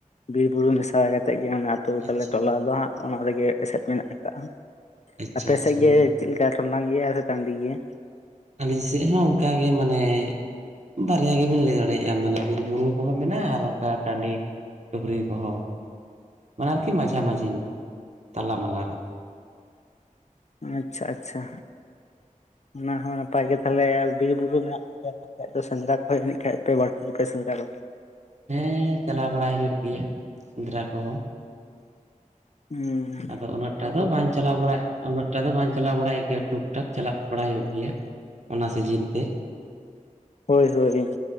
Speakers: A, on the left; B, on the right.
A: ᱵᱤᱨ ᱵᱩᱨᱩ ᱢᱮᱥᱟ ᱠᱟᱛᱮᱫ ᱜᱮ ᱟᱹᱛᱩᱳ
B: ᱟᱪᱪᱷᱟ
A: ᱛᱟᱞᱮ ᱴᱚᱞᱟ ᱫᱚ ᱦᱟᱸᱜ ᱚᱱᱟ ᱨᱮᱜᱮ ᱮᱥᱮᱫ ᱢᱮᱱᱟᱜ ᱟᱠᱟᱜᱼᱟ
B: ᱟᱪᱪᱷᱟ
A: ᱟᱯᱮᱥᱮᱫ
B: ᱟᱪᱪᱷᱟ
A: ᱜᱮ ᱪᱮᱜ ᱞᱮᱠᱟ ᱴᱚᱸᱰᱟᱝ ᱜᱮᱭᱟ ᱥᱮ ᱴᱟᱸᱰᱤ ᱜᱮᱭᱟ?
B: ᱟᱹᱞᱤᱧ ᱥᱮᱜ ᱦᱚᱸ ᱚᱱᱠᱟ ᱜᱮ ᱢᱟᱱᱮᱼᱼ ᱵᱟᱨᱭᱟ ᱜᱤᱵᱮᱱ ᱞᱟᱹᱭ ᱫᱟᱲᱮᱭᱟᱜ-ᱟ ᱢᱟᱱᱮ ᱵᱤᱨ ᱵᱩᱨᱩ ᱠᱩᱦᱚᱸ ᱢᱮᱱᱟᱜ-ᱟ ᱟᱨ ᱚᱱᱠᱟ ᱴᱟᱸᱰᱤ ᱴᱩᱠᱨᱤ ᱠᱚᱦᱚᱸ ᱢᱟᱱᱮ ᱟᱨᱠᱤ ᱢᱟᱡᱷᱟᱼᱢᱟᱹᱡᱷᱤ ᱧᱚᱜ ᱛᱟᱞᱟ ᱢᱟᱞᱟ ᱨᱮ᱾
A: ᱟᱪᱪᱷᱟ ᱟᱪᱪᱷᱟ᱾ ᱚᱱᱟ ᱦᱚᱸ ᱱᱟᱯᱟᱭ ᱜᱮ ᱛᱟᱦᱚᱞᱮ ᱵᱤᱨ ᱵᱩᱨᱩ ᱢᱮᱱᱟᱜ ᱛᱟᱯᱮᱭᱟᱼᱼ ᱠᱷᱟᱡ ᱫᱚ ᱥᱮᱸᱫᱽᱨᱟ ᱠᱷᱚᱡ ᱱᱤᱡ ᱠᱷᱟᱡ ᱯᱮ ᱵᱟᱲᱛᱤ ᱜᱮᱯᱮ ᱥᱮᱸᱫᱽᱨᱟ ᱠᱚᱣᱟ?
B: ᱦᱮᱸᱦᱮᱸ ᱪᱟᱞᱟᱣ ᱵᱟᱲᱟᱭ ᱦᱩᱭᱩᱜ ᱜᱮᱭᱟ ᱥᱮᱸᱫᱽᱨᱟ ᱠᱚᱦᱚᱸ᱾
A: ᱦᱩᱸᱦᱩᱸ᱾
B: ᱟᱫᱚ ᱩᱱᱟᱹᱜ ᱴᱟ ᱫᱚ ᱵᱟᱝ ᱪᱟᱞᱟᱣ ᱵᱟᱲᱟᱭ ᱩᱱᱟᱹᱜ ᱴᱟ ᱫᱚ ᱵᱟᱝ ᱪᱟᱞᱟᱣ ᱵᱟᱲᱟᱭ ᱜᱮᱭᱟ ᱴᱩᱠ ᱴᱟᱠ ᱪᱟᱞᱟᱜ ᱵᱟᱲᱟᱭ ᱦᱩᱭᱩᱜ ᱜᱮᱭᱟ᱾ ᱚᱱᱟ ᱥᱤᱡᱤᱱ ᱛᱮᱜ᱾
A: ᱦᱳᱭ ᱦᱳᱭ